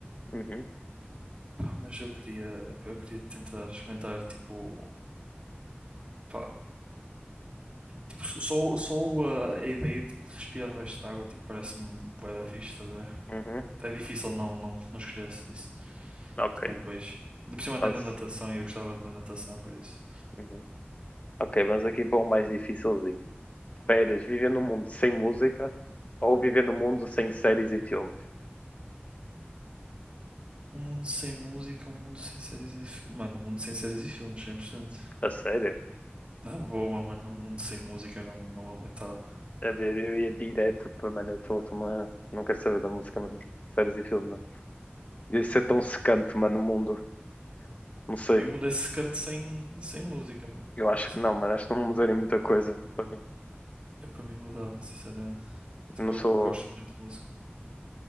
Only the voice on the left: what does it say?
Uhum,
uhum,
ok.
Mas-
uhum. Ok, vamos aqui para um mais dificilzinho. Férias, viver num mundo sem música ou viver num mundo sem séries e filmes?
A sério?
A ver, eu ia direto para, mano, eu tô, tô, mano, não quero saber da música, mano. Séries e filmes, mano. Isso é tão secante, mano, no mundo. Não sei.
Eu acho
que não, mano. Acho que não mudaria muita coisa para mim.
Eu não
sou.